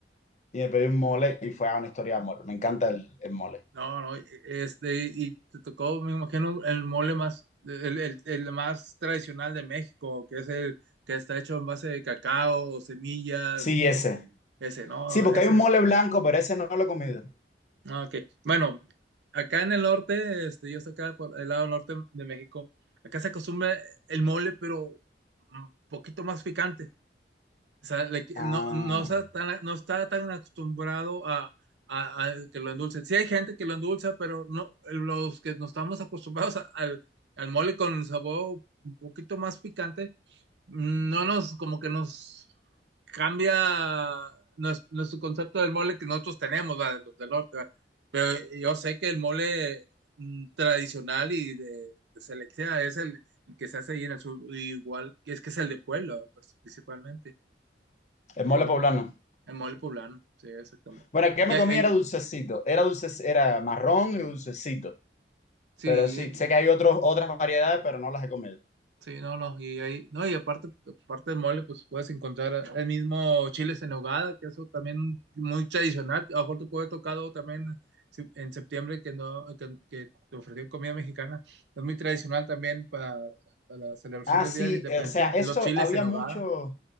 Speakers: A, on the left; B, on the right.
A: Y me pedí un mole y fue a una historia de amor. Me encanta el, el mole.
B: No, no, e, este, y te tocó, me imagino, el mole más, el, el, el más tradicional de México, que es el que está hecho en base de cacao, semillas,
A: Sí, ese.
B: ese, no,
A: Sí, porque
B: ese
A: hay un
B: es,
A: mole blanco, pero ese no lo he comido.
B: no, ok. Bueno, acá en el norte, este, yo estoy acá por el lado norte de México, acá se acostumbra el mole, pero un poquito más picante. O sea, le qui-
A: Ah,
B: no, no está tan, no está tan acostumbrado a, a- a que lo endulcen. Sí hay gente que lo endulza, pero no, los que nos estamos acostumbrados a- al, al mole con sabor un poquito más picante, no nos, como que nos cambia nues- nuestro concepto del mole que nosotros tenemos, ¿verdad? Los del norte, ¿verdad? Pero yo sé que el mole mm, tradicional y de, de selección es el, el que se hace ahí en el sur, igual que es que es el de pueblo, pues, principalmente.
A: el
B: Sí.
A: mole poblano.
B: El mole poblano, sí, exactamente.
A: Bueno, el que
B: Y
A: me
B: hay,
A: comí
B: hay-
A: era dulcecito. Era dulce, era marrón y dulcecito.
B: sí,
A: Pero sí, sé que hay otros, otras variedades, pero no las he comido.
B: sí, no, no, y hay, no, y aparte, aparte del mole, pues puedes encontrar el mismo chiles en nogada, que eso también muy tradicional. A lo mejor te puede tocar algo también si- en septiembre que no, que, que te ofrecieron comida mexicana. Es muy tradicional también para, para la celebración
A: Ah,
B: del
A: sí,
B: Día de la Independencia,
A: o sea, eso
B: los chiles
A: había
B: en nogada.
A: mucho,